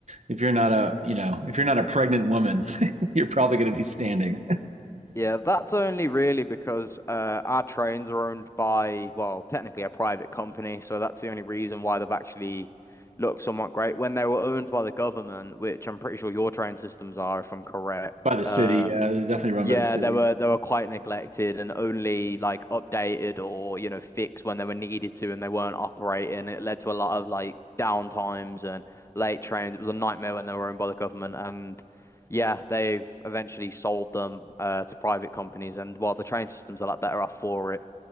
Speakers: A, on the right; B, on the left.
A: If you're not a, you know, if you're not a pregnant woman, <laughs> you're probably going to be standing
B: Yeah, that's only really because uh our trains are owned by, well, technically a private company, so that's the only reason why they've actually looked somewhat great. When they were owned by the government, which I'm pretty sure your train systems are, if I'm correct,
A: <laughs> by the city.
B: uh.
A: Yeah, they're definitely run
B: Yeah,
A: by the city.
B: they were they were quite neglected and only like updated or you know fixed when they were needed to and they weren't operating. It led to a lot of like downtimes and late trains. It was a nightmare when they were owned by the government and yeah, they've eventually sold them uh, to private companies and while the train system's are a lot better off for it.